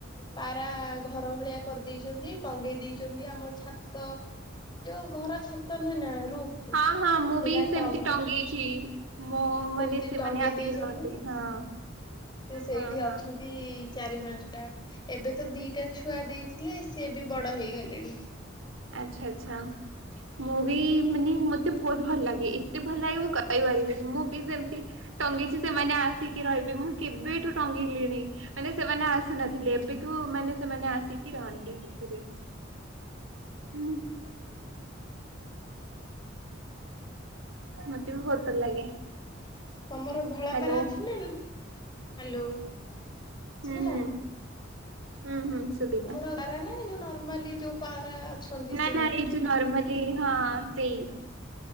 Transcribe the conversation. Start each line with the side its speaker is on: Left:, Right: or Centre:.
Left: ପାରା ଘର ଭଳିଆ କରିଦେଇ ଛନ୍ତି ଟଙ୍ଗେଇ ଦେଇଛନ୍ତି ଆମ ଛାତ ଯୋଉ ଘର ଛା ତ ନୁହେଁ ନା ରୁଫ ରେ
Right: ହଁ
Left: ସେଇଟା
Right: ହଁ ମୁଁ ବି
Left: ଟଙ୍ଗ
Right: <unintelligible> ମୋ ମାନେ
Left: ସେମିତି
Right: ସେମାନେ
Left: ଟଙ୍ଗେଇ
Right: ଆସିକି
Left: ଦେଇଛନ୍ତି
Right: ରହନ୍ତି ହଁ
Left: ସେ ସେଇଠି
Right: ହଁ ହଁ
Left: ଅଛନ୍ତି। ଦି ଚାରି ପାଞ୍ଚଟା ଏବେ ତ ଦୁଇଟା ଛୁଆ ଦେଇଥିଲେ ସିଏ ବି ବଡ଼ ହେଇଗଲେଣି।
Right: ଆଚ୍ଛା ଆଚ୍ଛା। ମୁଭି ମାନେ ମତେ ବହୁତ ଭଲ ଲାଗେ ଏତେ ଭଲ ଲାଗେ ମୁଁ କହିପାରିବିିନି। ମୁଭି ସେମିତି ଟଙ୍ଗେଇଛି ସେମାନେ ଆସିକି ରହିବେ ମୁଁ କେବେଠୁ ଟଙ୍ଗେଇଲିଣି। ମାନେ ସେମାନେ ଆସୁନଥିଲେ ଏବେକୁ ମାନେ ସେମାନେ ଆସିକି ରହନ୍ତି ସେଥିିରେ। ହୁଁ। ମତେ ବି ବହୁତ ଭଲ ଲାଗେ।
Left: ତମର ଧଳାପାରା
Right: ହ୍ୟାଲୋ
Left: ଅଛି ନା ହ୍ୟାଲୋ
Right: ହୁଁ
Left: ଶୁଭିଲା
Right: ହୁଁ ହୁଁ ହୁଁ ଶୁଭିଲା।
Left: ତୁମର ପାରା ନା ନର୍ମାଲି ଯୋଉ ପାରା ଅଛନ୍ତି
Right: ନା
Left: ସେମାନେ
Right: ନା ଏଇ ଯେଉ ନର୍ମାଲି ହଁ ସେଇ